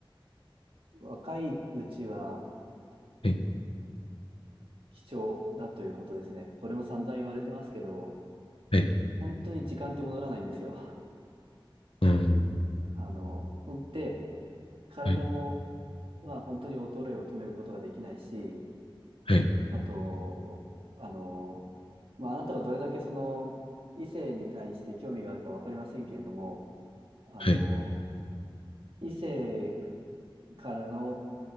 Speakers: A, on the right; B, on the left.
A: 若いうちは、
B: はい。
A: 貴重だということですね。これも散々言われてますけど、
B: はい。
A: 本当に時間って戻らないんですよ。
B: うん。
A: あの、ほんで、体も、
B: はい。
A: まあ、本当に衰えを止めることができないし、
B: はい。
A: あと、あの、まあ、あなたがどれだけその異性に対して興味があるかわかりませんけれども、あの、
B: はい。
A: 異性からの